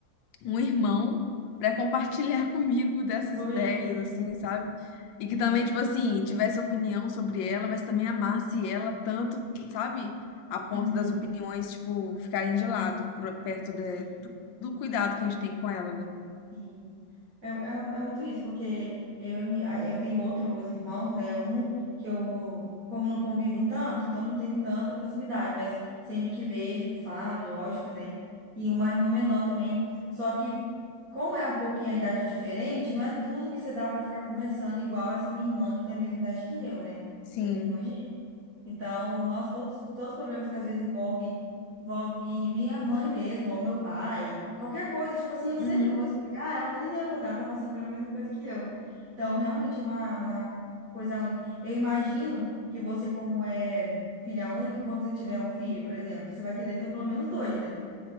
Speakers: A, on the left; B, on the right.
A: um irmão para compartilhar <laughs> comigo dessas
B: Sobre
A: ideias,
B: isso.
A: assim, sabe? E que também,
B: Sim.
A: tipo assim, tivesse opinião sobre ela, mas também amasse ela tanto, sabe? A ponto
B: Uhum.
A: das opiniões, tipo, ficarem de lado, pro- perto de-
B: Sim.
A: do, do cuidado que a gente tem com ela, né?
B: Sim. É, é, é muito isso, porque eu, e mi- a- eu tenho outros irmãos, né? Um que eu, como não convivo tanto, então não tenho tanta proximidade, mas sempre que vejo, falo, lógico, né? E uma irmã menor também. Só que, como é um pouquinho a idade diferente, não é tudo que você dá para ficar conversando igual essa minha irmã, que tem a mesma idade que eu, né?
A: Sim.
B: Que é minha irmã então, nós todos, todos os problemas que às vezes envolve, envolve minha mãe mesmo, ou meu pai, qualquer coisa, tipo assim, eu sei
A: Uhum.
B: que eu vou explicar, ela vai entender, porque ela tá passando pela mesma coisa que eu. Então, realmente é uma, uma coisa única. Eu imagino que você, como é filha única, quando você tiver um filho, por exemplo, você vai querer ter pelo menos dois, né?